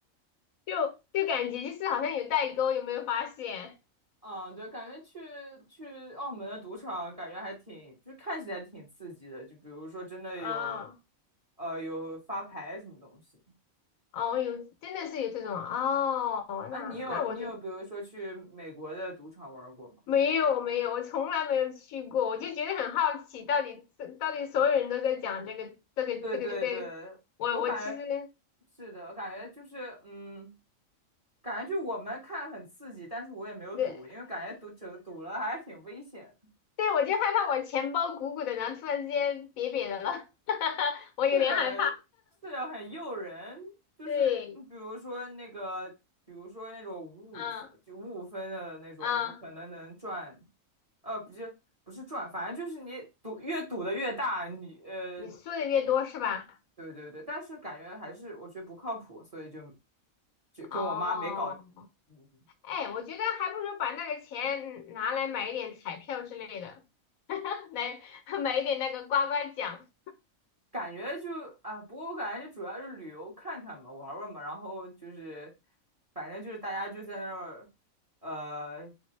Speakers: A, on the left; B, on the right.
A: 就就感觉就是好像有代沟，有没有发现？
B: 嗯，对，感觉去去澳门的赌场，感觉还挺，就是看起来挺刺激的。就比如说，真的有，
A: 哦
B: 呃，有发牌什么东西。
A: 哦，有，真的是有这种哦，
B: 啊，
A: 那那我就
B: 你有你有，比如说去美国的赌场玩过吗？
A: 没有没有，我从来没有去过，我就觉得很好奇，到底到底所有人都在讲这个这个这个这个，
B: 对对对，
A: 我我其实
B: 我感觉是的，我感觉就是嗯，感觉就我们看很刺激，但是我也没有赌，
A: 对
B: 因为感觉赌赌赌了还是挺危险的。
A: 对我就害怕我钱包鼓鼓的，然后突然之间瘪瘪的了，<laughs> 我有点害怕。
B: 是的，是的，很诱人。就是你比如说那个，
A: 对，
B: 比如说那种五五分，
A: 嗯
B: 就五五分的那种，
A: 嗯，
B: 你可能能赚，呃，不是不是赚，反正就是你赌越赌的越大，你呃，
A: 你输的越多是吧？
B: 对对对。但是感觉还是我觉得不靠谱，所以就就跟我妈没搞。
A: 哦，
B: 嗯嗯
A: 哎，我觉得还不如把那个钱拿来买一点彩票之类的，<laughs> 来买一点那个刮刮奖。
B: 感觉就啊，不过我感觉就主要是旅游看看嘛，玩玩嘛，然后就是反正就是大家就在那儿呃